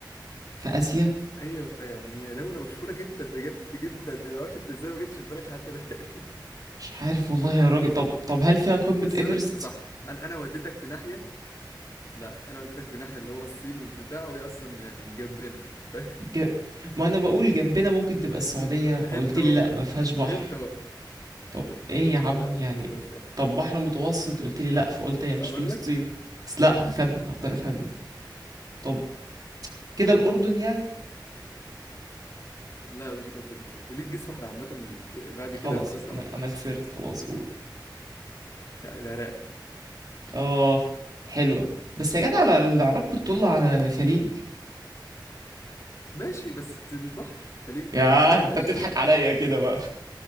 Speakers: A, on the right; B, on the left.
A: في آسيا
B: ايوه يعني هي دولة مشهورة جدا بجد جدا ما اعرفش انت ازاي ما جتش في بالك لحد دلوقتي
A: مش عارف والله يا راجل طب طب هل فيها
B: <laughs>
A: قمة
B: بس
A: إيفرست؟
B: انا كنت صح انا انا وديتك في ناحية لا انا وديتك في ناحية اللي هو الصين والبتاع وهي اصلا يعني جنبنا ف...
A: ج... ما أنا بقول جنبنا ممكن
B: <laughs>
A: تبقى السعودية
B: شفت هنت
A: قلت
B: اهو
A: لي لأ ما فيهاش بحر
B: هنت اهو
A: طب إيه يا عم
B: لا
A: يعني
B: ما فيهاش بحر
A: طب بحر متوسط قلت لي لأ فقلت هي مش
B: اقول
A: فلسطين
B: لك
A: بس لأ هخمن هفضل أخمن طب كده الأردن يعني
B: لا مش الاردن برضه ليك جيس واحدة عامة ك- بعد
A: خلاص
B: كده خلاص هقول
A: أنا
B: لك
A: أنا خسرت خلاص قول
B: لا، العراق
A: آه حلوة بس يا جدع ال- العراق بتطل على
B: العراق
A: خليج
B: ماشي بس مش بحر خليك
A: يا
B: مش بحر
A: انت
B: معلش
A: بتضحك عليا كده بقى